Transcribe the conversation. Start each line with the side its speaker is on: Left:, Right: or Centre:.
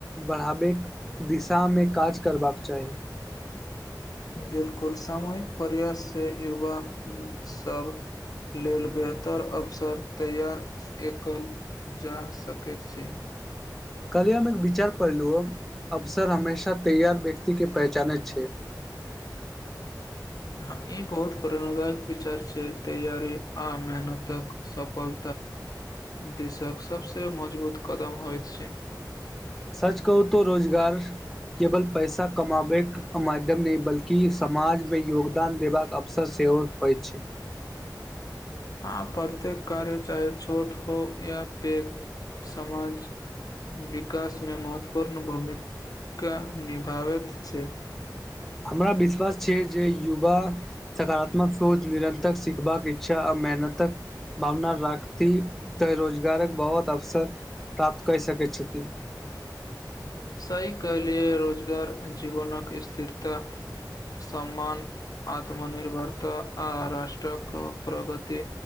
Centre: बढ़ाबै दिशामे काज करबाक चाही
Left: बिलकुल सामूहिक प्रयास से युवा सब लेल बेहतर अवसर तैयार एकल जा सकैत छै
Centre: कलियमे एक विचार पढ़लु ह अवसर हमेशा तैयार व्यक्ति के पहचाने छै <inaudible>
Left: ह ई बहुत प्रेणादायक विचार छै तैयरी आ मेहनतक सफल देशक सभसँ मजबूत कदम होइत छै
Centre: सच कहू त रोजगार केवल पैसा कमााबैके माध्यम नहि बल्कि समाजमे योगदान देबाक अवसर से हो छै
Left: आ प्रत्येक कार्य चाहे छोट हो या पेघ समाज विकासमे महत्वपूर्ण भूमिका निभाबैत छै
Centre: हमरा विश्वास छै जे युवा सकारात्मक सोच निरन्तर सिखबाक इच्छा आ मेहनतक भावना राखती तऽ रोजगारक बहुत अवसर प्राप्त कय सकै छथि
Left: सही कहलिए रोजगार जीवनक स्थिरता सम्मान आत्मनिर्भरता आ राष्ट्रक प्रगति